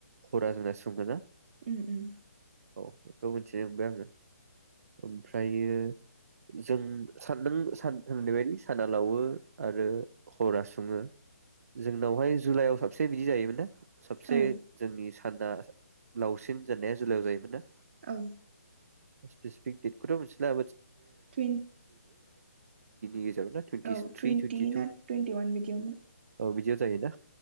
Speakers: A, on the right; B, on the right.
A: हरा जोंना सुं <unintelligible>
B: उम- उम
A: <unintelligible> ओमफ्रायो जों सानदों <unintelligible> साना लावो आरो हरा सुङो जोंनावहाय जुलाइआव साबसे बिदि जायोमोनना सबसे
B: औ
A: जोंनि स थानदा स लावसिन जेननाया जुलायाव जायोमोन दां
B: औ
A: <unintelligible> <unintelligible> टुइनटिनि
B: टुइन
A: गेजेराव ना twenty
B: औ
A: three
B: twenty
A: twenty two
B: ना टुवेन्टि वान बिदियावनो
A: औ बिदियाव जायोना